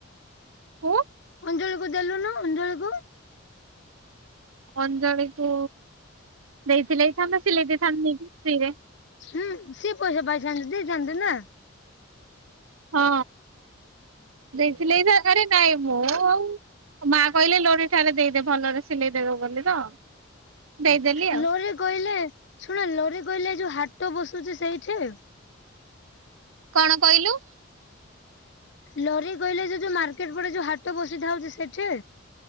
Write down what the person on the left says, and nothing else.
ଅଞ୍ଜଳି କୁ ଦେଲୁନୁ ଅଞ୍ଜଳି କୁ।
ହୁଁ ସିଏ ପଇସା ପାଇଥାଆନ୍ତ ଦେଇଥାନ୍ତା ନା ଚନ୍ଦନା।
ଲୋରି
କହିଲେ ଶୁଣ ଲୋରି କହିଲେ ଯୋଉ ହାଟ ବସୁଛି ସେଇଠି।
ଲୋରି କହିଲେ ଯୋଉ ଯୋଉ ମାର୍କେଟ ପଟେ ଯୋଉ ହାଟ ବସିଥାଉ ଟି ସେଠି